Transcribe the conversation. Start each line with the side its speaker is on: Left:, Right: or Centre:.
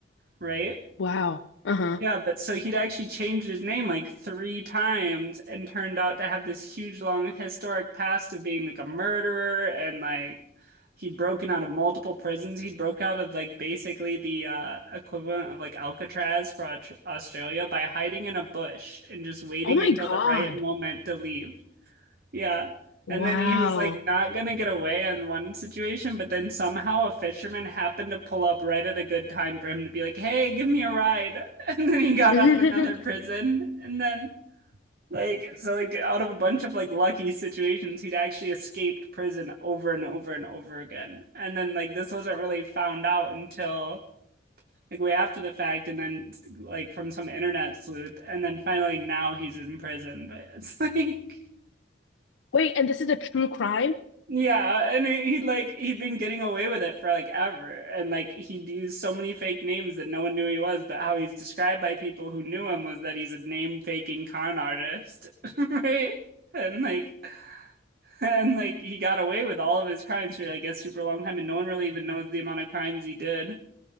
Right: right?
Left: Wow. Uh-huh.
Right: Yeah, but so he'd actually changed his name like three times and turned out to have this huge long historic past of being like a murderer and like he'd broken out of multiple prisons. He'd broke out of like basically the uh equivalent of like Alcatraz for Aut- Australia by hiding in a bush and just waiting
Left: Oh my
Right: until
Left: God.
Right: the right moment to leave. Yeah.
Left: Wow.
Right: And then he was like not gonna get away in one situation, but then somehow a fisherman happened to pull up right at a good time for him to be like, "Hey, give me a ride." <laughs> And then he got
Left: <laughs> Wait,
Right: out of another prison. And then like so like out of a bunch of like lucky situations, he'd actually escaped prison over and over and over again. And then like this wasn't really found out until like way after the fact and then like from some internet sleuth and then finally now he's in prison. But it's <laughs> like
Left: and this is a true crime?
Right: Yeah, and he, he like he'd been getting away with it for like ever, and like he'd used so many fake names that no one knew he was. But how he's described by people who knew him was that he's a name faking con artist, <laughs> right? And like, and like he got away with all of his crimes for like a super long time, and no one really even knows the amount of crimes he did